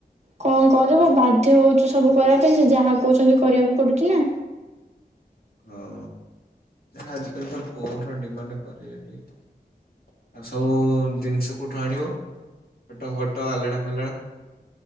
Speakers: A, on the right; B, on the left.
A: କଣ କରିବୁ ବାଧ୍ୟ ହଉଛୁ ସବୁ କରିଆ ପାଇଁ ସେ ଯାହା କହୁଛନ୍ତି କରିଆକୁ ପଡୁଛି ନା।
B: ହଁ ନା ଆଜିକାଲି ତ ପୁଅ ଘର ଡିମାଣ୍ଡ କରିବେ ଟିକେ ଆଉ ସବୁ ଜିନିଷ କୋଉଠୁ ଆଣିବ ଖଟ ଫଟ ଆଲେଣା ଫାଲେଣା?